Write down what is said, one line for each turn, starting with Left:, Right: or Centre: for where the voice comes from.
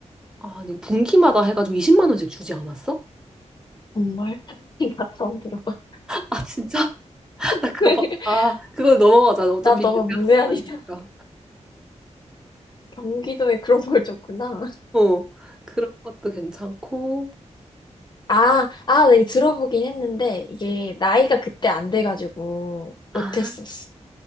Centre: 아, 아니, 분기마다 해가지고 20만 원씩 주지 않았어?
Left: 정말. <laughs> 나 처음 들어봐.
Centre: 아, 진짜? <laughs>
Left: <laughs>
Centre: 나 그거 봤다. 아, 그거 넘어가자. 어차피
Left: 나 너무
Centre: 이제 대학생
Left: 문외한이다.
Centre: 아니니까.
Left: 경기도에 그런 걸 줬구나.
Centre: 어, 그런 것도 괜찮고.
Left: 아, 아, 내가 들어보긴 했는데 이게 나이가 그때 안 돼가지고
Centre: 아,
Left: 못했었어.